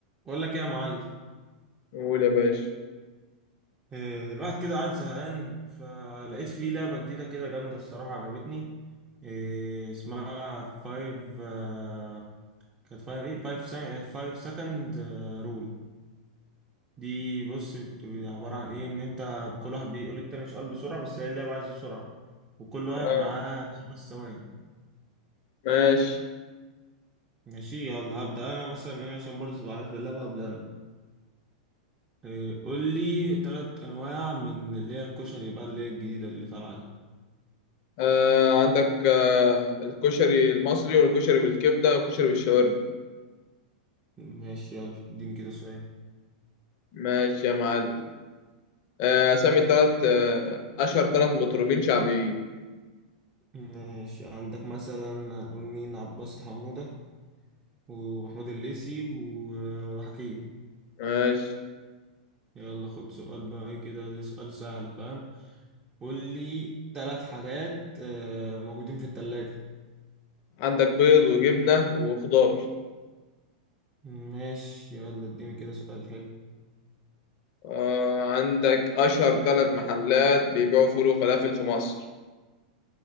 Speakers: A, on the right (about 20°); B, on the left (about 50°).
A: بقول لك ايه يا معلم
B: قول يا باشا
A: إيه، الواحد كده قاعد زهقان فلقيت فيه لعبة جديدة كده جامدة الصراحة عجبتني إيه، اسمها فايف آه، كانت فايف ايه فايف سا... فايف سكند رول دي بص بت- عبارة عن ايه ان انت كل واحد بيقول للتاني سؤال بسرعة بس هي اللعبة عايزة سرعة وكل واحد
B: آه
A: معاه خمس ثواني
B: ماشي
A: ماشي يلا هبدأ انا مثلا ايه عشان برضه تبقى عارف اللعبة هبدأ انا إيه، قول لي تلات انواع من اللي هي الكشري بقى اللي هي الجديدة اللي طالعة دي
B: آه عندك آه الكشري المصري والكشري بالكبدة والكشري بالشاورما
A: ماشي يلا اديني كده سؤال
B: ماشي يا معلم آه أسامي تلات آه أشهر تلات مطربين شعبيين
A: ماشي عندك مثلا هنقول مين عباس حمودة ومحمود الليثي و- وحكيم
B: ماشي
A: يلا خد سؤال بقى ايه كده ده سؤال سهل فاهم قول لي ثلاث حاجات آه، موجودين في الثلاجة
B: عندك بيض وجبنة وخضار
A: ماشي يلا اديني كده سؤال حلو
B: آه عندك أشهر تلات محلات بيبيعوا فول وفلافل في مصر